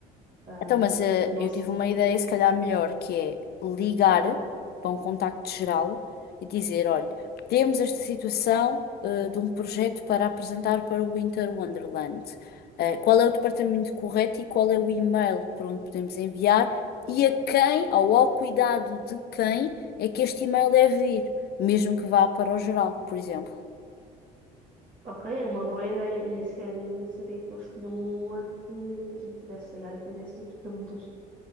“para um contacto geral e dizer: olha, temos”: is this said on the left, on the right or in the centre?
Left